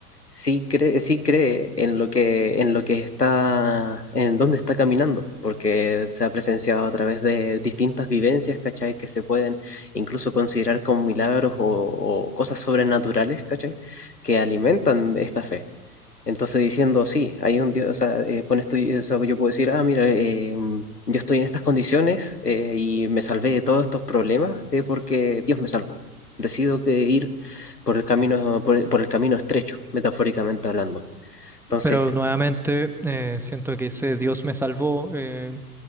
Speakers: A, on the left; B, in the centre.
A: sí cree, sí cree en lo que, en lo que está, en dónde está caminando, porque se ha presenciado a través de distintas vivencias, ¿cachai? Que se pueden incluso considerar como milagros o, o cosas sobrenaturales, ¿cachai? Que alimentan esta fe. Entonces diciendo, sí, hay un Dios, o sea, eh, con esto tu- o sea, yo puedo decir, ah, mira, eh, mm, yo estoy en estas condiciones eh, y me salvé de todos estos problemas eh, porque Dios me salvó. Decido que ir por el camino, por el, por el camino estrecho, metafóricamente hablando. Entonces,
B: Pero nuevamente eh, siento que ese Dios me salvó, eh,